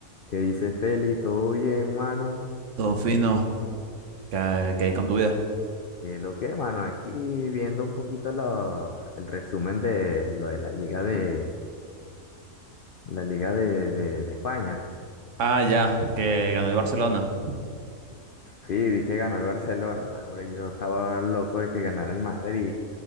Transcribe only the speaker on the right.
Todo fino, que,
que hay con tu vida.
Ah, ya, que ganó el Barcelona.